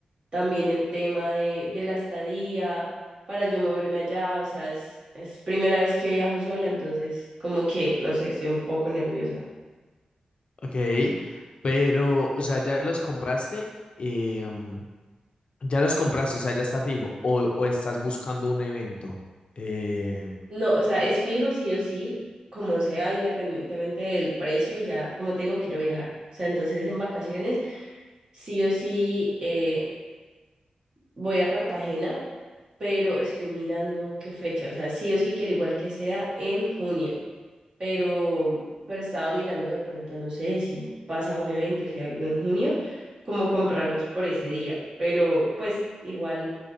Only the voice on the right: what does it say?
también el tema de, de la estadía, para yo moverme allá, o sea, es, es primera vez que viajo sola, entonces como que, no sé, estoy un poco nerviosa.
No, o sea, es fijo sí o sí, como sea, independientemente del precio, ya, como te digo, quiero viajar. O sea, entonces en vacaciones sí o sí, eh, voy a Cartagena, pero estoy mirando qué fecha. O sea, sí o sí quiero igual que sea en junio, pero, pero estaba mirando de pronto, no sé si pasa un evento, si hay algo en junio, como comprarlos por ese día. Pero pues igual